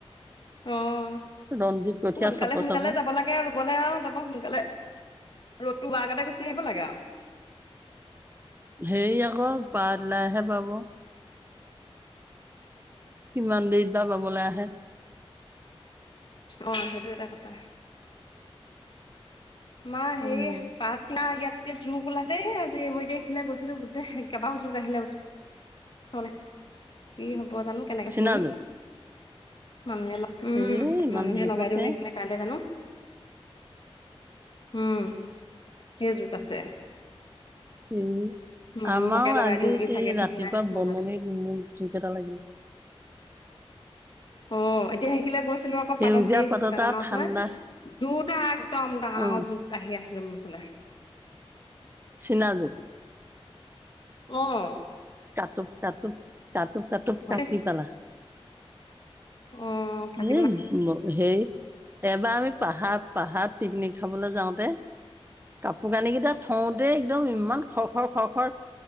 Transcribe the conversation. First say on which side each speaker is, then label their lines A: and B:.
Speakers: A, on the left (about 50°); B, on the right (about 20°).
A: অহ
B: ৰঞ্জিত কঠীয়া
A: সোনকালে
B: চাপ
A: সোনকালে
B: চাপ
A: যাব লাগে আৰু গ'লে আৰু তাৰপৰা সোনকালে, ৰ'দটো ওলোৱাৰ আগতে গুচি আহিব লাগে আৰু
B: হেৰি আকৌ <unintelligible> পাব। কিমান দিন পাবলৈ আহে।
A: অহ সেইটো এটা কথা আমাৰ হেৰি
B: উম
A: পাত ছিঙা জোক ওলাইছে দেই আজি মই এতিয়া এখিলা গৈছিলো গোটে কেবাওঁ জোক আহিলে ওচৰলে, কি হব বজানো কেনেকে
B: চীনা
A: ছিঙিম।
B: জোক
A: মানুহে লগ উম,
B: এই ইমান
A: মানুহে
B: জোকতে
A: লগাই দিওঁ নে কিনে কাইলৈ জানো। উম ধেৰ জোক আছে।
B: এহ
A: মানুহকে
B: আমাৰ
A: লগাই
B: আজি
A: দিম নেকি চাগে
B: এই
A: ঠিক
B: ৰাতিপুৱা
A: নাই বঙালী
B: বননিত মোৰ জোক এটা লাগিল।
A: অহ এতিয়া সেইখিনিলে গৈছিলো আকৌ
B: সেউজীয়া
A: পাতৰ সেই
B: পাততা
A: ডাঙৰ ডাঙৰ
B: ঠাণ্ডা
A: <unintelligible> দুটা একদম ডাঙৰ ডাঙৰ
B: অ
A: জোক আহি আছে <unintelligible> মোৰ ওচৰলে
B: চিনাজোক।
A: অ'।
B: তাতো তাতো কাটু কাটুক
A: ভয়
B: কাটি
A: দেই
B: পেলা।
A: অ কাটিম
B: এ
A: না
B: ম সেই এবাৰ আমি পাহাৰ পাহাৰ পিকনিক খাবলৈ যাওঁতে, কাপোৰ কানি কেইটা থওঁতে একদম ইমান খ খৰ খ খৰ